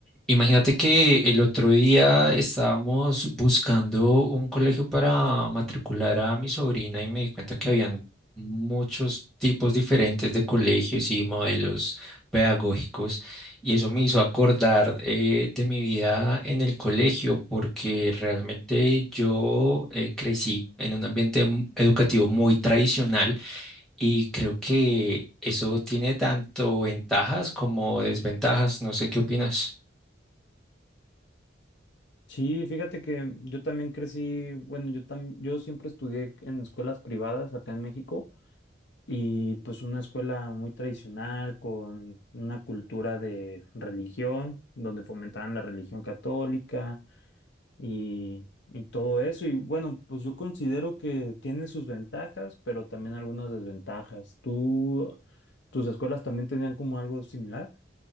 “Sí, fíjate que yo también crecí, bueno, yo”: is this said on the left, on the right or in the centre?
Left